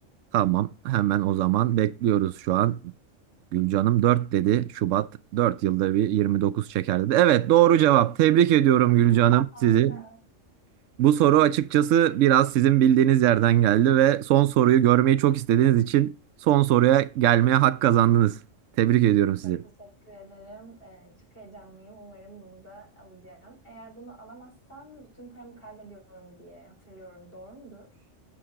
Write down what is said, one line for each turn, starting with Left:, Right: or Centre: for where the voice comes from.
Right: Tamam. Hemen o zaman bekliyoruz şu an. Gülcanım 4 dedi. Şubat 4 yılda bir 29 çeker dedi. Evet doğru cevap. Tebrik ediyorum Gülcanım
Left: Aa,
Right: sizi.
Left: harika.
Right: Bu soru açıkçası biraz sizin bildiğiniz yerden geldi ve son soruyu görmeyi çok istediğiniz için son soruya gelmeye hak kazandınız. Tebrik ediyorum sizi.
Left: Çok teşekkür ederim. Ee, çok heyecanlıyım. Umarım bunu da alacağım. Eğer bunu alamazsam bütün paramı kaybediyorum diye hatırlıyorum. Doğru mudur?